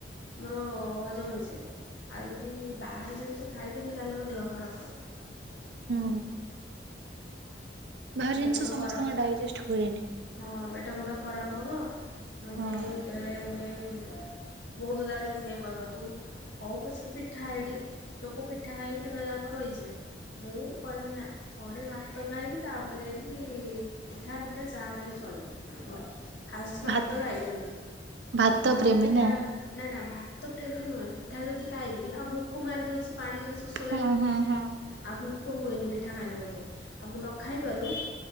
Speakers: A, on the left; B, on the right.
A: ମୋର ହଜମ ହେଇଯିବ। ଆଉ ଯଦି ବାହାର ଜିନିଷ ଖାଇଦେବି ତାହେଲେ ମୋ ଦେହ ଖରାପ ହବ।
B: ହୁଁ ବାହାର
A: ପେଟ
B: ଜିନିଷ
A: ଫେଟ
B: ସମସ୍ତଙ୍କ
A: ଖରାପ ହେବ
B: ଡାଇଜେଷ୍ଟ ହୁଏନି।
A: ହଁ ପେଟ ଫୁଟ ଖରାପ ହବ ମୁଁ ସେଥିପାଇଁ
B: ହଁ।
A: ଯେତେବେଳେ ବୋଉ ସଦାବେଳେ ସେଥିପାଇଁ କହିବ ତୁ ହଉ ପଛେ ପିଠା ଏଇଠି ଲୋକ ପିଠା ଖାଇକି ଦିନ ଯାକ ରହିଯିବେ। ମୁଁ କହିବି ନା ଥରେ ଭାତ ଖାଇବି ତାପରେ ଯାଇକି ପିଠା ଫିଠା ଯାହା ହେଲେ ବି ଚଳିବ ମୋର ଫାଷ୍ଟ
B: ଭା
A: ଭାତ ଖାଇବି କିନ୍ତୁ।
B: ଭାତ
A: ନହେଲେ
B: ପ୍ରେମୀ
A: ପିଠା
B: ନା?
A: ନା, ନା ଭାତ୍ ତ ପ୍ରେମୀ ନୁହେଁ ପିଠା ଯଦି ଖାଇବି ଆଉ ଭୋକ ମାରିଦଉଛି ପାଣି ଖାଲି ଶୋଷ
B: ହୁଁ
A: ଲାଗିବ ପିଠା
B: ହୁଁ
A: ଖାଇଲେ।
B: ହୁଁ
A: ଆଉ ଭୋକ ହୁଏନି ପିଠା ଖାଇଲେ ମତେ ଆଉ ମୁଁ ନ ଖାଇବାରୁ